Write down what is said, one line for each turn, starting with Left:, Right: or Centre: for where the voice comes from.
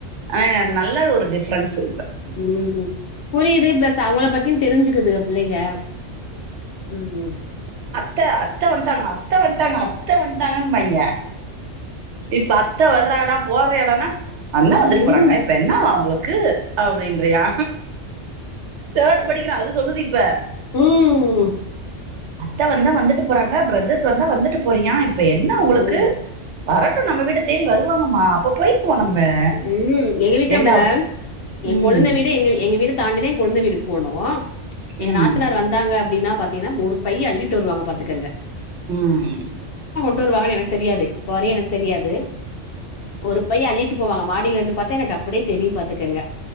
Right: ஆ எனக்கு நல்ல ஒரு டிஃப்ரன்ஸு
Left: ம் புரியிது பிளஸ் அவங்கள பத்தியு தெரிஞ்சிக்கிதுங்க பிள்ளைங்க ம்
Right: த அத்த அத்த வன்டாங்க அத்த வன்டாங்க த வன்டாங்கன்னு வைங்க இப்ப அத்த வர்ற டா போட்றியா டா நா வந்தா வந்துட்டு
Left: ம்
Right: போறாங்க
Left: ம்
Right: இப்ப என்னாவா அவுங்களுக்கு அப்பிடின்றியா தேர்டு படிக்கிறா அது சொல்துது இப்ப
Left: ம்
Right: அத்த வந்தா வந்துட்டு போறாங்க பிரதர்ஸ் வந்தா வந்துட்டு போறியான் ப என்ன
Left: ம்
Right: உங்களுக்கு வர டு நம்ம வீட தேடி வருவாங்கம்மா அப்ப போய்க்குவோ
Left: ம்
Right: நம்ம
Left: எங்க வீட்ல
Right: ஏண்டா
Left: அப்டிதாங்க ஏங்
Right: ம்
Left: கொழுந்தேன் வீடு எங்க எங்க வீடு தாண்டிதேன் கொழுந்தேன் வீட்டுக்கு போனு எங்க
Right: ம்
Left: நாத்தனார் வந்தாங்க அப்டின்னா பாத்தீங்கன்னா ஒரு பை அள்ளிட்டு வருவாங்க பாத்துக்கங்க
Right: ம்
Left: ட்டு வருவாங்கு எனக்கு தெரியாது இப்ப வரையும் எனக்கு தெரியாது ஒரு பைய் அள்ளிட்டு போவாங்க மாடில இருந்து பாத்தா எனக்கு அப்டியே தெரியும் பாத்துக்கங்க